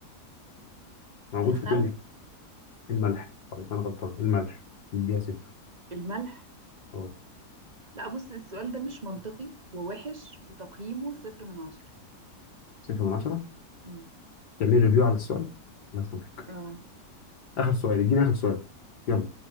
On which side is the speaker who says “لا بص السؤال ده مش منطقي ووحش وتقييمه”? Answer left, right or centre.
Right